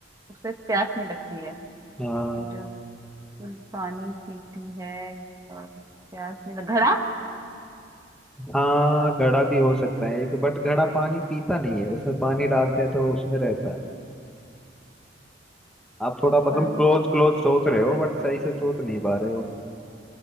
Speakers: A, on the right; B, in the centre.
A: उसे प्यास नहीं लगती है
B: हाँ
A: जो खुद पानी पीती है और प्यास नहीं लग घड़ा
B: हाँ घड़ा भी हो सकता है एक बट घड़ा पानी पीता नहीं है उसमें पानी डालते हैं तो उसमें रहता है आप थोड़ा मतलब
A: पानी
B: क्लोज क्लोज सोच रहे हो बट सही से सोच नहीं पा रहे हो